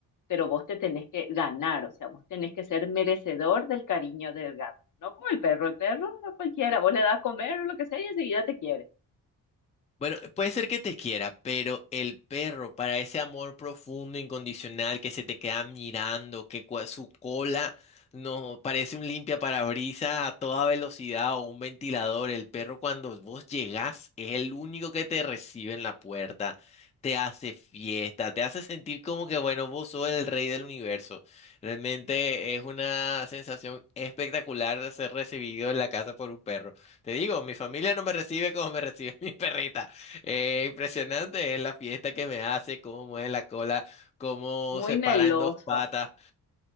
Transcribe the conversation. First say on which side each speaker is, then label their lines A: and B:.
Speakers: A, on the left; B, on the left.
A: pero vos te tenés que ganar, o sea, vos tenés que ser merecedor del cariño del gato. No como el perro, el perro a cualquiera, vos le das a comer o lo que sea y enseguida te quiere.
B: Bueno, puede ser que te quiera, pero el perro, para ese amor profundo, incondicional, que se te queda mirando, que cua- su cola no parece un limpia parabrisas a toda velocidad o un ventilador, el perro cuando vos llegás es el único que te recibe en la puerta, te hace fiesta, te hace sentir como que, bueno, vos sos el rey del universo. Realmente es una sensación espectacular de ser recibido en la casa por un perro. Te digo, mi familia no me recibe como me recibe <laughs> mi perrita. Eh, impresionante es la fiesta que me hace, cómo mueve la cola, cómo
A: Muy
B: se
A: meloso.
B: para en dos patas.